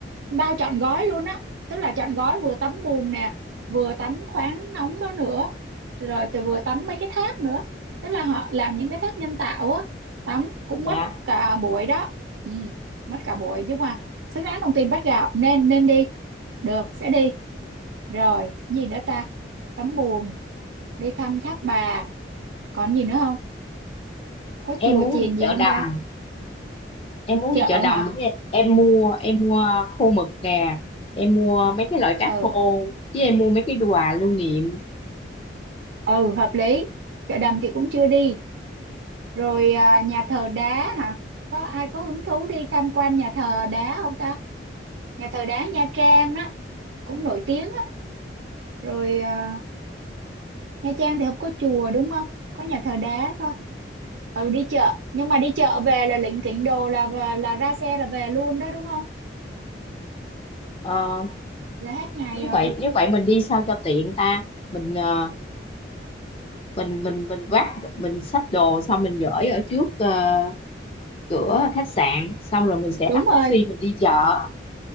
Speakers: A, on the right; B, on the left.
A: bao trọn gói luôn á tức là trọn gói vừa tắm bùn nè vừa tắm khoáng nóng đó nữa rồi từ vừa tắm mấy cái thác nữa tức là họ làm những cái thác nhân tạo á tắm cũng
B: dạ
A: mất cả buổi đó ừ, mất cả buổi nhưng mà xứng đáng đồng tiền bắt gạo nên nên đi được, sẽ đi. Rồi, gì nữa ta? Tắm bùn, đi thăm thác bà. Còn gì nữa không? Có
B: em
A: chùa
B: muốn
A: chiền
B: đi
A: gì
B: chợ
A: không
B: đầm
A: ta?
B: em muốn
A: Chợ
B: đi chợ đầm
A: hả?
B: để em, em mua em mua khô mực nè em mua mấy cái loại cá
A: Ừ,
B: khô chứ em mua mấy cái quà lưu niệm
A: ừ, hợp lý. Chợ đầm thì cũng chưa đi. Rồi à, nhà thờ đá hả? Có ai có hứng thú đi tham quan nhà thờ đá không ta? Nhà thờ đá Nha Trang đó, cũng nổi tiếng á. Rồi à, Nha Trang thì không có chùa đúng không? Có nhà thờ đá thôi. Ừ, đi chợ. Nhưng mà đi chợ về là lỉnh kỉnh đồ là là ra xe là về luôn đó đúng không?
B: Ờ,
A: là hết ngày
B: nếu
A: rồi
B: vậy nếu vậy mình đi sao cho tiện ta mình ờ, mình mình mình vác mình xách đồ xong mình gửi ở trước ờ, cửa khách sạn xong rồi mình sẽ
A: đúng
B: bắt taxi
A: rồi
B: mình đi chợ